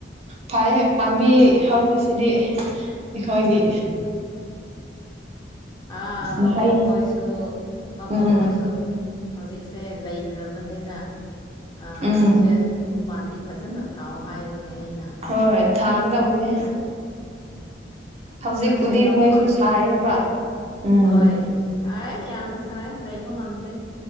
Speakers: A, on the right; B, on the left.
A: ꯐꯥꯏꯍꯦ ꯄꯥꯝꯕꯤ
B: ꯅꯨꯡꯉꯥꯏꯌꯦ
A: ꯍꯧꯕꯁꯤꯗꯤ ꯑꯩꯈꯣꯏꯒꯤ
B: ꯎꯝ ꯑꯥ ꯃꯕꯣꯛ
A: ꯃꯍꯩ
B: ꯈꯣꯏꯁꯨ ꯃꯕꯣꯛ
A: ꯎꯝ
B: ꯈꯣꯏꯁꯨ ꯍꯧꯖꯤꯛꯁꯦ ꯂꯩꯈ꯭ꯔꯕꯅꯤꯅ ꯑꯥ
A: ꯎꯝ
B: ꯁꯦ ꯎꯄꯥꯟꯕꯤ ꯐꯖꯟꯅ ꯊꯥꯎꯑꯣ ꯍꯥꯏꯕꯅꯦ ꯑꯩꯅ
A: ꯍꯣꯏ ꯊꯥꯒꯗꯧꯕꯅꯦ
B: ꯑꯗ ꯎꯝ
A: ꯍꯧꯖꯤꯛꯄꯨꯗꯤ
B: ꯑꯩꯁꯦ ꯂꯧꯐꯝꯁꯨ
A: ꯃꯣꯏꯁꯨ ꯁꯥꯏꯌꯦꯕ
B: ꯈꯪꯗ꯭ꯔꯦ
A: ꯎꯝ
B: ꯍꯣꯏ ꯁꯥꯏ ꯌꯥꯝꯅ ꯁꯥꯏ ꯂꯩꯕ ꯉꯝꯗꯦ